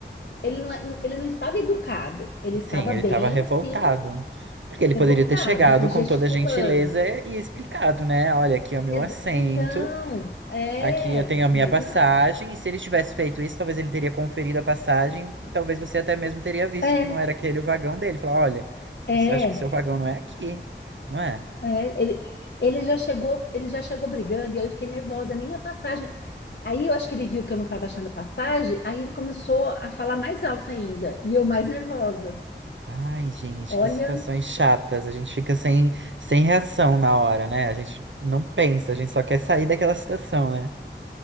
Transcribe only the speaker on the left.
ele não, é, ele não estava educado, ele estava
bem
assim,
revoltado
e, e
gesticulando.
Ex-
Então, é,
mas
não.
É,
é,
é. Ele, ele já chegou, ele já chegou brigando, e aí eu fiquei nervosa, nem a passagem. Aí eu acho que ele viu que eu não estava achando a passagem, aí ele começou a falar mais alto ainda, e eu mais nervosa.
Olha,